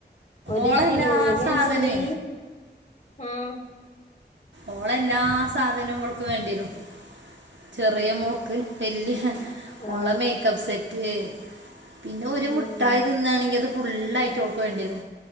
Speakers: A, on the left; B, on the right.
A: ഒരുത്തിരികാടെ
B: ഓളെല്ലാ
A: വലുതായി
B: സാധനേ
A: ആഹ്
B: ഓളെ എല്ലാ സാധനവും ഇവൾക്ക് വേണ്ടിരും ചെറിയ മോൾക്ക്‌ വല്ല്യ
A: ആ
B: ഓള മേക്കപ്പ് സെറ്റ് പിന്നെ ഒരു
A: ഉം.
B: മുട്ടായി തിന്നാണെങ്കി അത് ഫുള്ളായിട്ട് ഓൾക്ക്‌ വേണ്ടിരും